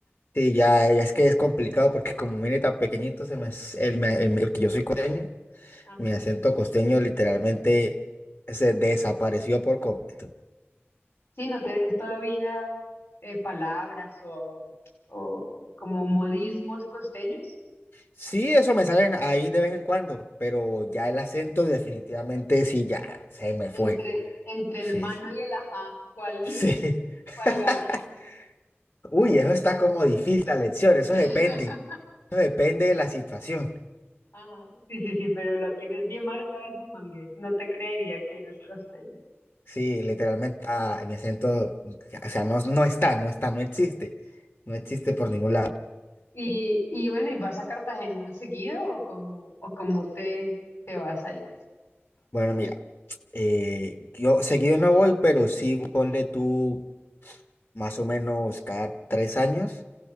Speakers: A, on the left; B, on the left.
A: Sí, ya, ya es que es complicado porque como vine tan pequeñito, se me, s- el, me- el me- que yo soy costeño,
B: Ajá.
A: mi acento costeño literalmente se desapareció por completo.
B: Sí, no tienes todavía eh, palabras o, o como modismos costeños.
A: Sí, eso me sale ahí de vez en cuando, pero ya el acento definitivamente sí, ya se me
B: Entre,
A: fue.
B: entre el
A: Sí,
B: mano y el ajá, ¿cuál,
A: sí.
B: <laughs> cuál
A: <laughs>
B: gana?
A: Uy, eso está como difícil la lección, eso
B: <laughs>
A: depende. Eso depende de la situación.
B: Ajá. Sí, sí, sí, pero lo tienes bien marcado el bumangués. No te creería que eres costeño.
A: Sí, literalmente ah, mi acento, o sea, no, no está, no está, no existe. No existe por ningún lado.
B: Y, y bueno, ¿y vas a Cartagena seguido o cómo, o cómo te, te vas ahí?
A: Bueno, mira, eh, yo seguido no voy, pero sí ponle tú más o menos cada tres años